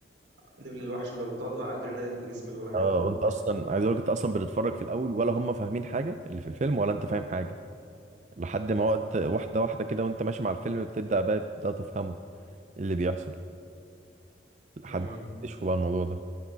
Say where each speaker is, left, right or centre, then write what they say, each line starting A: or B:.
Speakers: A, on the right; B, on the right.
A: ليفل الوحش اللي هو بيطلع ادرينالين في جسم الواحد
B: اه
A: او
B: وانت
A: بيتفرج
B: اصلا عايز اقول لك انت اصلا بتتفرج في الاول ولا هم فاهمين حاجه اللي في الفيلم ولا انت فاهم حاجه لحد ما وقت واحده واحده كده وانت ماشي مع الفيلم بتبدا بقى بتبدا تفهمه إيه اللي بيحصل لحد
A: امم
B: ما تكتشفوا بقى الموضوع ده